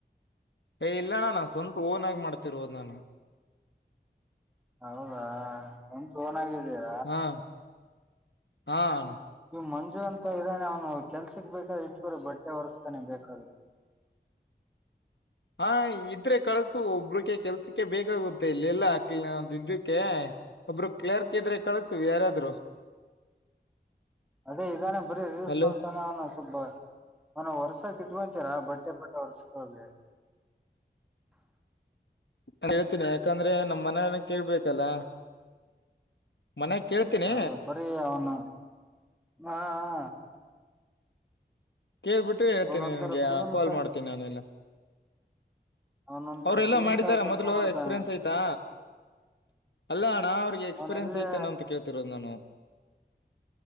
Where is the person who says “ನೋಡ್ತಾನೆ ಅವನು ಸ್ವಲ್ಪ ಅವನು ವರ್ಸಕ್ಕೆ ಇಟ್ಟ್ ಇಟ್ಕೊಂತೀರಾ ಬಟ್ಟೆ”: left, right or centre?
Centre